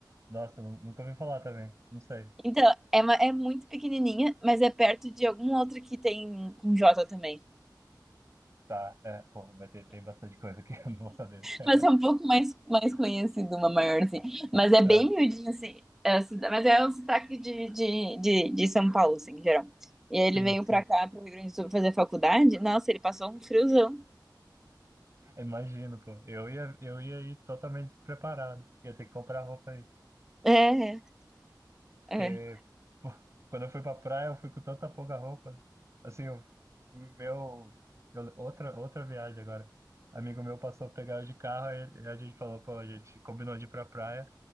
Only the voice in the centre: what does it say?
Então, é, uma- é muito pequenininha, mas é perto de algum outro que tem com J também.
Mas é um pouco mais, mais conhecido, uma maiorzinha. Mas é bem
miudinho, assim. É o cida- mas é um sotaque de, de, de, de São Paulo, assim, em geral. E
aí ele veio
pra cá, pro Rio Grande do Sul, pra fazer faculdade. Nossa, ele passou um friozão.
É, é.